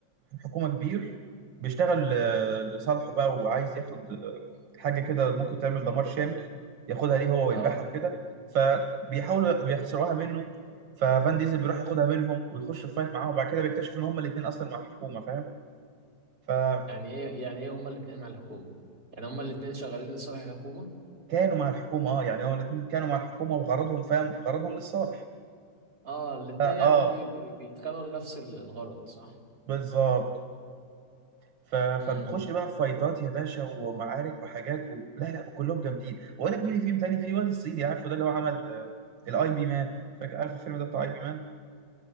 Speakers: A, on the right; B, on the right.
A: الحكومة كبير بيشتغل آه، لصالحه بقى وعايز ياخد آه، حاجة كده ممكن تعمل دمار شامل ياخدها ليه هو ويبيعها
B: اه
A: وكده فبيحاولوا بيخسروها منه ففان ديزل بيروح ياخدها منهم ويخش في فايت معاهم وبعد كده بيكتشف ان هما الاتنين اصلا مع الحكومة فاهم فكانوا
B: يعني ايه يعني ايه هما الاتنين مع الحكومة يعني هما الاتنين شغالين لصالح الحكومة
A: مع الحكومة اه يعني هو الاتنين كانوا مع الحكومة وغرضهم فاهم غرضهم للصالح
B: اه الاتنين
A: اه
B: يعني بي بي بيتخانقوا لنفس ال- الغرض صح
A: بالظبط ف... فبتخش
B: امم
A: بقى في فايتات يا باشا ومعارك وحاجات و... لا لا وكلهم جامدين واقول لك مين اللي فيهم تاني في واد الصيني عارفه ده اللي هو عمل آه، الاي بي مان فاكر عارف الفيلم ده بتاع اي بي مان